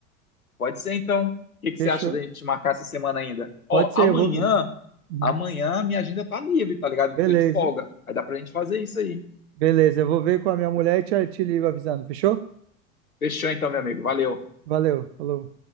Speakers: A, on the left; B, on the right.
A: Pode ser então. O que que
B: Fechou.
A: você acha da gente marcar essa semana ainda? Ó,
B: Pode ser,
A: amanhã,
B: eu vou. Uhum.
A: amanhã minha agenda tá livre, tá ligado?
B: Beleza.
A: Tô de folga. Aí dá pra gente fazer isso aí.
B: Beleza, eu vou ver com a minha mulher e te, te ligo avisando, fechou?
A: Fechou então, meu amigo. Valeu.
B: Valeu, falou.